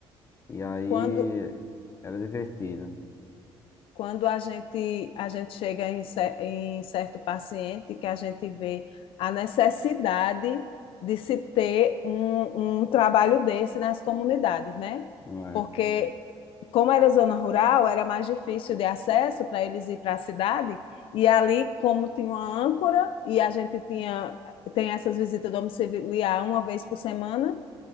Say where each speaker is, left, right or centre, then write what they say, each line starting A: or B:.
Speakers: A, on the left; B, on the left.
A: E aí
B: quando
A: era divertido.
B: quando a gente, a gente chega em, cer- em certo paciente que a gente vê a necessidade de se ter um, um trabalho desse nas comunidades, né?
A: não É.
B: Porque, como era zona rural, era mais difícil de acesso para eles ir para a cidade, e ali, como tinha uma âncora, e a gente tinha, tem essas visitas domiciliar uma vez por semana,